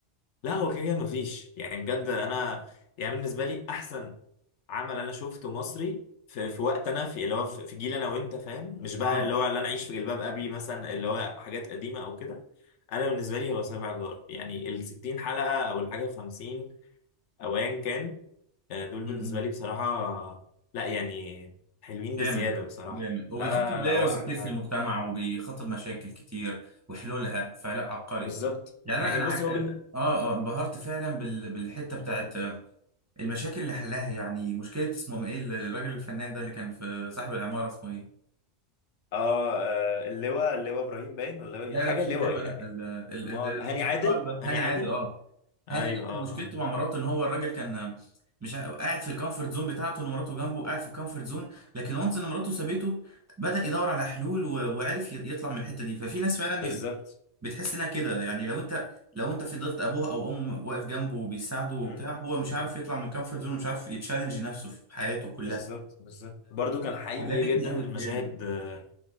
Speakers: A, on the left (about 75°); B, on the right (about 20°).
A: لا هو كده كده مفيش يعني بجد انا يعني بالنسبه لي احسن عمل انا شفته مصري في, في وقت انا في اللي هو في في جيل انا وانت فاهم مش بقى
B: اه
A: اللي هو اللي انا اعيش في جلباب ابي مثلا اللي هو حاجات قديمه او كده انا بالنسبه لي هو سبع جار يعني ال 60 حلقه او الحاجه 50 او ايا كان آه، دول
B: م-
A: بالنسبه
B: م.
A: لي بصراحه لا يعني حلوين
B: جامد
A: بزياده بصراحه
B: جامد وبيخاطب
A: لا لا
B: بلايرز
A: لا, لا هو احلى
B: كتير في
A: حاجه
B: المجتمع وبيخاطب مشاكل كتير وحلولها فلا عبقري
A: بالظبط
B: يعني
A: يعني
B: انا انا
A: بص
B: عج...
A: هو
B: اه
A: بال...
B: اه انبهرت فعلا بال... بالحته بتاعت المشاكل اللي حلها يعني مشكلة اسمه ايه الراجل الفنان ده اللي كان في صاحب العمارة اسمه ايه؟
A: اه آه، اللواء اللواء ابراهيم باين ولا
B: لا
A: إيه؟ حاجه
B: لا مش
A: اللواء
B: اللواء
A: يعني
B: لا ال- ال-
A: امال
B: ال- الموسيقار
A: هاني عادل
B: ده
A: هاني
B: هاني
A: عادل
B: عادل اه
A: ايوه
B: هاني
A: اه
B: عادل مشكلته
A: اه
B: مع مراته ان هو الراجل كان مش ع- قاعد في الكومفورت زون بتاعته ان مراته جنبه قاعد في الكومفورت زون لكن وانس ان مراته سابته بدأ يدور على حلول و- وعرف ي- يطلع من الحتة دي ففي ناس فعلا
A: بالظبط
B: بتحس انها كده يعني لو انت لو انت فضلت ابوه او امه واقف جنبه وبيساعده وبتاع
A: مم.
B: هو مش
A: مم.
B: عارف يطلع من الكومفورت زون ومش عارف يتشالنج نفسه في حياته كلها
A: بالظبط بالظبط برضو كان حقيقي
B: عجبتني
A: جدا
B: قوي
A: المشاهد
B: الحاجات دي
A: آه،